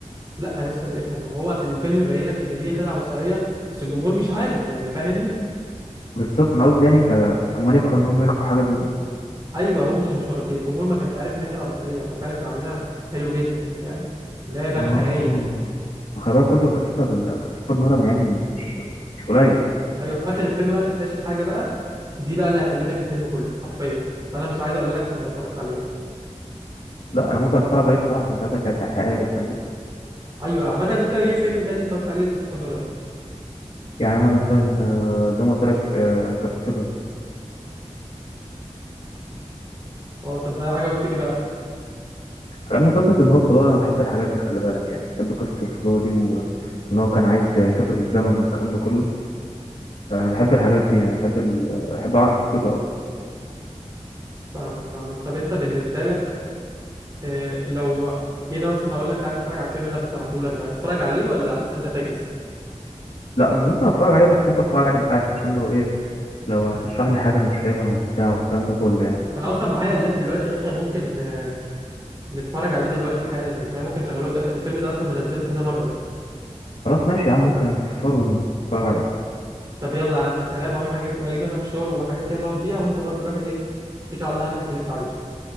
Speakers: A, on the right; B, on the left.
A: لا يا اسطى افهم هو الفيلم بيبين لك ان دي خدعه بصريه بس الجمهور مش عارف يعني فاهمني
B: بالظبط انا قصدي يعني ك امال ينجحوا انهم يخفوا حاجه زي دي
A: ايوه هو مش واخد الجمهور ما كانش عارف ان هي خدعه بصريه هو فعلا كانوا عاملينها حلو جدا فاهم ان هي بان
B: اه
A: حقيقيه
B: خلي بالك برضه كريستال كريستوفر نولان يعني مش مش قليل
A: ايوه في اخر الفيلم بقى تكتشف حاجه بقى دي بقى اللي هتقلب لك الفيلم كله حرفيا فانا مش عايز اقول لك عشان لو اتفرجت عليه بقى
B: لا انا ممكن اتفرج عليه بصراحه فمش عايزك تحرقها لي فاهمني
A: ايوه عامه انت ايه فيلم تاني اتفرجت عليه كريستوفر نولان
B: يعني انا مثلا آه، زي ما قلت لك آه، انترستيلر
A: اه طب ده عجبك في ايه بقى
B: عجبني قصه ان هو فضاء انا بحب الحاجات دي خلي بالك يعني بحب قصه الفضاء دي و- وان هو كان عايز يسافر بالزمن والكلام ده كله انا بحب الحاجات دي يعني بحب ال... بحب اعرف قصته اصلا
A: فاهمك فاهمك طب انت بالنسبه لك آه لو جينا مثلا اقول لك تعالى نتفرج على الفيلم اللي انا شرحته لك ده هتتفرج عليه ولا حاسس انت فاكس
B: لا ممكن اتفرج عليه بس ممكن اتفرج عليه معاك عشان لو ايه لو هتشرح لي حاجه مش فاهمها وبتاع والكلام ده كله يعني
A: انا اصلا معايا اللاب دلوقتي اصلا ممكن آه، نتفرج عليه دلوقتي حالا يعني فاهم ممكن اشغله لك دلوقتي لأن الفيلم ده اصلا منزله كذا مره
B: خلاص ماشي يا عم ممكن اجيب فشار ونتفرج عليه
A: طب يلا يا عم سلام اروح اجيب اجيب انا فشار وحاجات كده نقعد بيها وانت برضو روح ايه اتكل على الله هات لك اللي انت عايزه